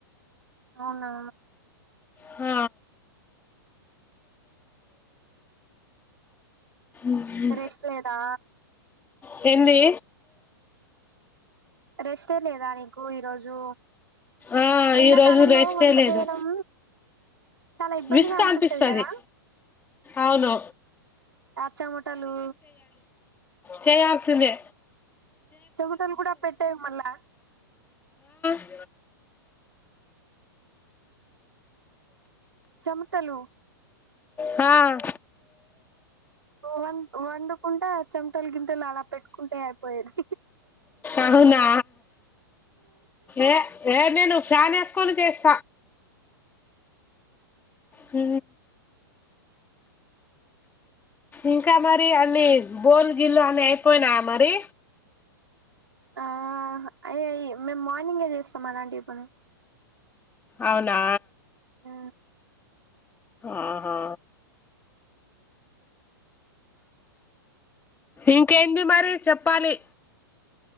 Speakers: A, on the right; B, on the left.
A: అవునా
B: హ ఉహూ
A: రెస్ట్ లేదా
B: హిందీ
A: రెస్టే లేదా నీకు ఈరోజు
B: ఆ
A: ఎండాకాలంలో
B: ఈరోజు రెస్టే
A: వంట
B: లేదు
A: చేయడం చాలా ఇబ్బందిగా
B: విసుగు
A: అనిపిస్తుంది
B: అనిపిస్తది
A: కదా
B: అవును
A: ఆ చమటలు
B: చెయ్యాల్సిందే
A: చెమటలు కూడా పెట్టాయి మళ్ళా
B: అ
A: చెమటలు
B: ఆ
A: వన్ వన్ కుంటా చెమటలు గింటెలు అలా పెట్టుకుంటే అయిపోయిది
B: అవునా ఏ ఏ నేనుసాన్ కులుదేేశ ఉ ఇంకా మరి అని బోల్ గిలో అని అయిపోయినా మరి
A: ఆ అయ మేము మార్నింగే చేస్తాం అలాంటి పను
B: అవునా
A: ఉ
B: ఆహా ఇంకా ఎంది మరి చెప్పాలి